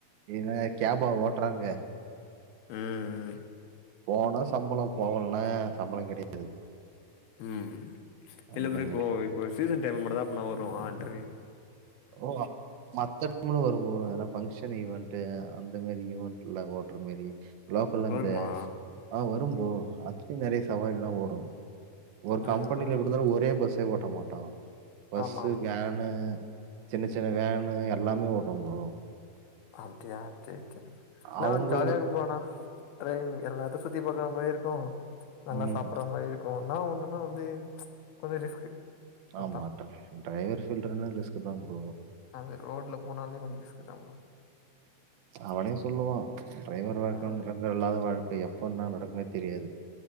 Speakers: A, on the right (about 80°); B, on the left (about 80°).
A: என்ன கேபா ஓட்றாங்க
B: ம்
A: போனா சம்பள போகலனா சம்பள கெடையா
B: ம் இல்ல
A: அந்த
B: ப்ரோ
A: மாரி.
B: இப்போ இப்போ சீசன் டைம் மட்டுந்தா அப்பனா வரு ஆட்ரு
A: ஓ மத்த நாளு வரும் ப்ரோ ஏன்னா பங்க்ஷன் ஈவெண்ட் அந்த மாரி ஈவென்ட்ல ஓட்ற மாரி லோக்கல்ல இருந்து
B: வருமா
A: ஆ வரும் ப்ரோ அதுலயு நெறையா சவாரி எல்லா ஓடு ஒரு கம்பெனில
B: ம்
A: எப்டிருந்தாலு ஒரே பஸ்ஸே ஓட்ட மாட்டோ பஸ்ஸு
B: ஆமா ஆமா
A: வேனு சின்ன சின்ன வேனு எல்லாமே ஓட்டுவ ப்ரோ
B: அப்டியா சேரி செரி இன்னா
A: அவங்க
B: ஜாலிய இருக்கு ப்ரோ ஆனா டிரைவிங் எல்லாத்த சுத்தி பாக்கற மாரியு இருக்கு நல்லா
A: ம்
B: சாப்பற மாரியு இருக்கு என்னா ஒண்ணுன்னா வந்து கொஞ்ச ரிஸ்க்கு அதா
A: ஆமா ட்ர டிரைவர் ஃபீல்டுனா ரிஸ்க்குதா ப்ரோ
B: அங்க ரோட்ல போனாலே கொஞ்ச ரிஸ்க்குதா ப்ரோ
A: அவனே சொல்லுவா டிரைவர் வாழ்க்கல
B: ம்
A: நிரந்தர இல்லாத வாழ்க்கை எப்ப என்னா நடக்குனே தெரியாது